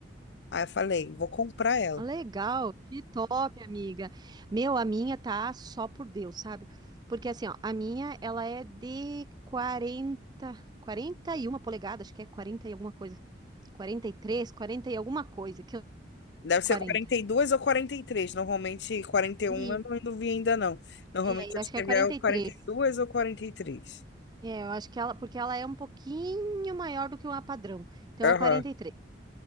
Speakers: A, on the left; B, on the right.
A: Aí eu falei, vou comprar ela.
B: Legal, que top, amiga. Meu, a minha tá só por Deus, sabe? Porque assim, ó, a minha, ela é de quarenta, quarenta e uma polegadas, acho que é 40 e alguma coisa. quarenta e três, 40 e alguma coisa, que eu
A: Deve ser
B: 40.
A: quarenta e dois ou 43. Normalmente 41,
B: E
A: eu não não vi ainda não. Normalmente
B: é, eu
A: as
B: acho
A: TV
B: que é 43.
A: é o quarenta e dois ou 43.
B: É, eu acho que ela, porque ela é um pouquinho maior do que uma padrão. Então
A: Aham,
B: é quarenta e três.